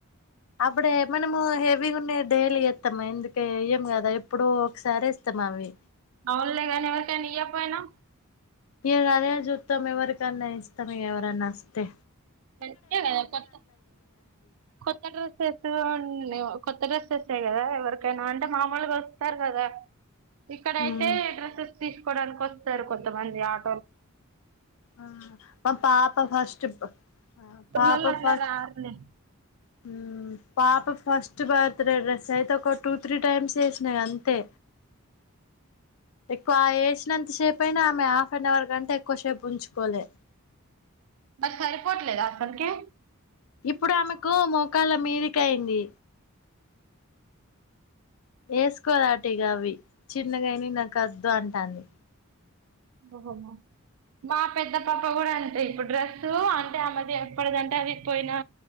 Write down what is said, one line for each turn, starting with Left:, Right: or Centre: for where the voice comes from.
Left: అప్పుడే మనము హెవీగా ఉన్నా డైలీ ఇస్తాము ఎందుకే ఇం కదా ఎప్పుడో ఒకసారి ఇస్తాము అవి
Right: అవునులే కానీ ఎవరికైనా ఇయ్యపోయినా
Left: ఈడ అదే చూస్తాం ఎవరికన్నా ఇస్తము ఎవరన్నాస్తే
Right: అంటే అన్ని కొత్త కొత్త డ్రెస్ ఎసు కొత్త డ్రెస్ తెస్తే కదా ఎవరికైనా అంటే మామూలుగా వస్తారు కదా ఇక్కడయితే
Left: హ్మ్
Right: డ్రెస్సెస్ తీసుకోడానికి వస్తారు కొంతమంది. ఆడ
Left: ఆ మా పాప ఫస్ట్ బ పాప
Right: ఊర్లల్లో అట్లా
Left: ఫస్ట్
Right: రారులే
Left: ఎం హమ్ పాప ఫస్ట్ బర్త్ డే డ్రెస్ అయితే ఒక టూ త్రీ టైమ్స్ వేసినాయి అంతే ఎక్కువ వేసినంత షేప్ అయినా ఆమె హాఫ్ అన్ అవర్ గంటా ఎక్కువ షేప్ ఉంచుకోలే
Right: మరి సరిపోట్లేద అసలకి
Left: ఇప్పుడు ఆమెకు మోకాళ్ళ మీదిక అయింది ఏసుకోదాటి గావ అవి చిన్నగానా నాకు వద్దు అంటాంది
Right: ఓహో మో మా పెద్ద పాప ఇప్పుడు కూడా అంతే ఇప్పుడు డ్రెస్సు అంటే ఆ మాది ఎక్కడదంటే అది పోయినా